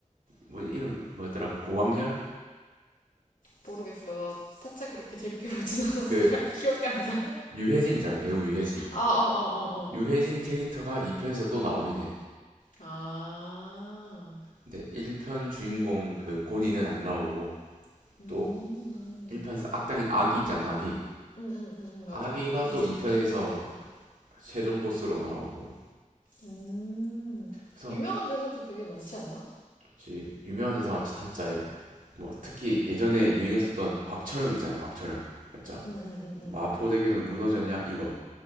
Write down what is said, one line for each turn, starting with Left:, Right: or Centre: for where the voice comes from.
Right: 뭐지 이름 뭐였더라? 그 고광렬?
Left: 모르겠어. 나 타짜 그렇게 재밌게 <laughs> 보진 않아서
Right: 그
Left: 잘 기억이 안 나.
Right: 유해진이잖아. 배우 유해진.
Left: 어, 어, 어, 어,
Right: 유해진
Left: 어.
Right: 캐릭터가 2편에서 또 나오긴 해.
Left: 아.
Right: 근데 1편 주인공 그 고니는 안 나오고
Left: 음.
Right: 또 1편에서 악당인 아귀 있잖아. 아귀.
Left: 음, 음, 음, 음, 맞아요.
Right: 아귀가
Left: 그,
Right: 또
Left: 사-
Right: 2편에서
Left: 그 캐릭터는 기억나.
Right: 최종 보스로 나오고
Left: 음.
Right: 그래서
Left: 유명한 대사도 되게 많지 않나?
Right: 지- 유명한 대사 같이 타짜에 뭐 특히 예전에 유행했었던 곽철용 있잖아 곽철용 살짝
Left: 음, 음, 음,
Right: 마포대교는
Left: 음,
Right: 무너졌냐 이거